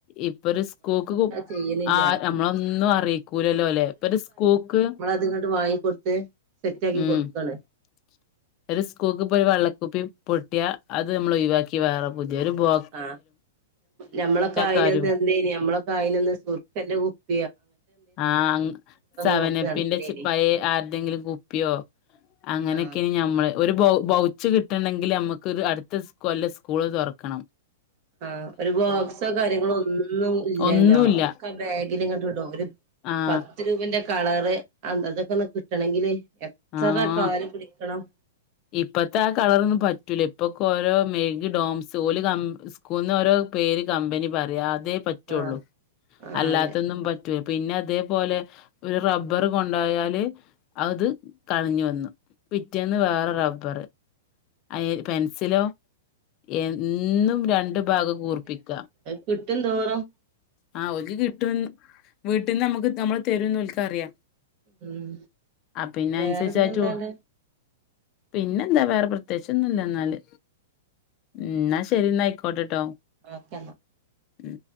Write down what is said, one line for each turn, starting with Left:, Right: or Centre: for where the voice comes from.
Left: ഇപ്പൊരു സ്കൂക്ക് കു
Right: ചെയ്യണില്ല
Left: ആ നമ്മളൊന്നു അറീക്കൂ ഉരല്ലോലെ പ്പൊരു സ്കൂക്ക്
Right: അത്ങ്ങട്ട് വങ്ങി കൊടുത്ത് സെറ്റക്കി
Left: ഉം
Right: കൊടുക്കള
Left: <inaudible> ഒരു സ്കൂൾക്ക് പോയാ ഒരു വെള്ളക്കുപ്പി പൊട്ടിയാ അത് മ്മള് ഒയിവാക്കി വേറെ പുതിയ ഒരു ബോ
Right: ആ നമ്മളൊക്കൊയയിന്നെന്തേയിന്
Left: കാര്യം
Right: എന്ത നമ്മളൊക്കെയിനൊന്ന് സുർക്കന്റെ കുപ്പി
Left: ആ സെവനപ്പിന്റെ
Right: നോക്കി നടക്കലേനി
Left: ചെറി പയേ ആർതെങ്കിലും കുപ്പിയോ അങ്ങനെയൊക്കെനി
Right: ആഹ്
Left: ഞമ്മള് ഒരു ബൗച്ച് കിട്ടണണ്ടെങ്കിൽ നമുക്ക് അടുത്ത സ് കൊല്ലം സ്കൂള് തൊറക്കണം
Right: ആ ഒരു ബോക്സോ കാര്യങ്ങളോ ഒന്നും ഇല്ലല്ലോ
Left: ഒന്നുല്ല
Right: ഒക്ക ബേഗിലിങ്ങാട്ട് വിടും ഒരു
Left: ആഹ്
Right: പത്ത് രൂപന്റെ കളറ് അന്ത അതൊക്കെയൊന്നു കിട്ടണെങ്കില് എത്ര
Left: ആഹ്
Right: കാല് പിടിക്കണം
Left: ഇപ്പത്തെ ആ കളറൊന്നും പറ്റൂല ഇപ്പൊക്ക ഓരോ മെയ്ഗ് ഡോംസ് ഓല് സ്കൂള്ന്നു ഓരോ പേര് കമ്പനി പറയാ അതേ പറ്റുള്ളൂ
Right: ആഹ് ആഹ്
Left: അല്ലാത്തൊന്നും
Right: അതെ
Left: പറ്റു പിന്നെ അതേപോലെ ഒരു റബ്ബറ് കൊണ്ടായാല് അത് കളഞ്ഞു വന്നു പിറ്റേന്ന് വേറെ റബ്ബറ് അയെ പെൻസിലോ എന്നും രണ്ടു ഭാഗം കൂർപ്പിക്കുവാ
Right: കിട്ടുംന്തോറും
Left: ആ ഓലിക്ക് കിട്ടും വീട്ടിൽന്ന് നമുക്ക് നമ്മള് തരുംന്ന് ഓലിക്കു അറിയാം
Right: ഉം
Left: ആ പിന്നെ
Right: വേറെ
Left: അനുസരിച്ചായിട്ടു
Right: പിന്നെ എന്താണ്ട്
Left: പിന്നെന്താ വേറെ പ്രത്യേകിച്ചൊന്നുംല്ല ന്നാല് മ്മ് ന്നാ ശരി ന്നാ ആയിക്കോട്ടെട്ടോ
Right: ഓക്കെന്നാ
Left: ഉം